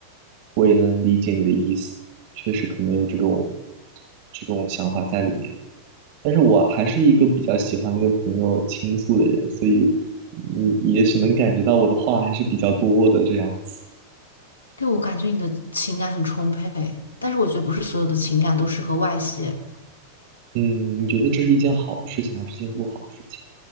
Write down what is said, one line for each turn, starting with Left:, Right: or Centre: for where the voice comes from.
Right: 我也能理解你的意思，确实可能有这种这种想法在里面。但是我还是一个比较喜欢跟朋友倾诉的人，所以你也许能感觉到我的话还是比较多的这样子。
Left: 对，我感觉你的情感很充沛，但是我觉得不是所有的情感都适合外泄。
Right: 嗯，你觉得这是一件好的事情，还是一件不好的事情，